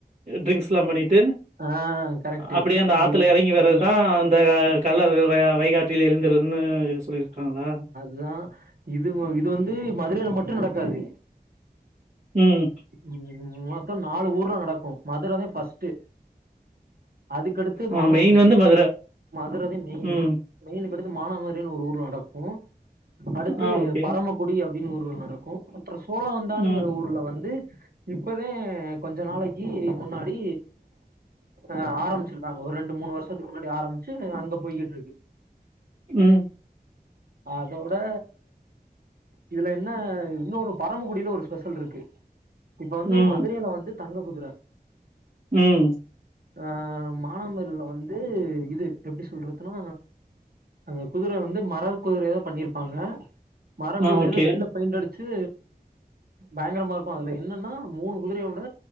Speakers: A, on the right (about 40°); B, on the right (about 65°).
A: டிரிங்க்ஸ்லாம் பண்ணிட்டு
B: ஆ கரெக்ட்
A: அப்டியே அந்த ஆத்துல
B: எல்
A: இறங்கி வரார் தான் அந்த கல்லர்கள் வைகாற்றில் எழுந்துறதுன்னு இது சொல்லிருக்காங்களா
B: இதா இதுவந்து மதுரையில மட்டு நடக்காது
A: ம்
B: ம் மொத்த நாலு ஊர்ல நடக்கு மதுரதா ஃபர்ஸ்ட் அதுக்கடுத் து
A: ஆ
B: மானாமதுரை
A: மெயின் வந்து மதுர
B: மதுரதா மெயின்
A: ம்
B: மெயினு கடுத்து மானாமதுரைனு ஒரு ஊர்ல நடக்கு அடுத்து
A: ஆ ஓகே
B: பரமக்குடி அப்டின்னு ஒரு ஊர்ல நடக்கு அப்புற சோழ வந்தானுங்கிற
A: ம்
B: ஊர்ல வந்து இப்பதா கொஞ்ச நாளைக்கு முன்னாடி ஆ ஆரம்பிச்சிருக்காங்க ஒரு ரெண்டு மூணு வருஷத்துக்கு முன்னாடி ஆரம்பிச்சு அங்க போய்கிட்டு இருக்கு
A: ம்
B: அதோட இதுல என்ன இன்னோரு பரமக்குடியில ஒரு ஸ்பெஷல் இருக்கு இப்ப வந்து
A: ம்
B: மதுரையில வந்து தங்க குதிர
A: ம்
B: ஆ மானாமதுரைல வந்து இது எப்டி சொல்றதுன்னா அந்த குதிரை வந்து மர குதிரையா பண்ணிருப்பாங்க மர
A: ஆ
B: குதிரையில
A: ஓகே
B: வெள்ள பெயிண்ட் அடி ச்சு பயங்கரமா இருக்கு அதுல என்னன்னா மூணு குதிரையை விட